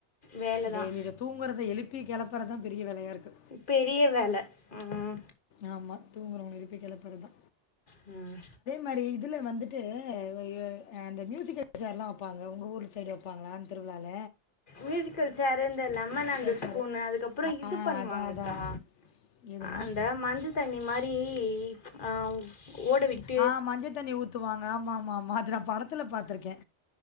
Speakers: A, on the left (about 50°); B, on the left (about 85°).
A: வேலை
B: டெய்லி
A: தான்
B: இத தூங்கறது எழுப்பி கெளப்புறதுதா பெரிய வேலயாருக்கு
A: பெரிய வேல ம்
B: ஆமா தூங்குறவங்கள எழுப்பி கெளப்புறதுதா
A: ம்
B: மாரி இதுல வந்துட்டு வ ஆ அந்த மியூசிக்கல் சேர்லா வப்பாங்க உங்க ஊரு சைடு வப்பாங்களா அந்த திருவிழால
A: மியூசிக்கல் சேர் இந்த லெமன் அண்ட் ஸ்பூன்
B: சேர்
A: அதுக்கப்றோ இது
B: அதான்
A: பண்ணுவாங்கக்கா
B: அதான் எதுமா
A: அந்த மஞ்ச தண்ணி மாரி, ஆ ஓடவிட்
B: ஆ, மஞ்ச தண்ணி ஊத்துவாங்க ஆமா ஆமா ஆமா அது நா படத்துல பாத்துருக்கே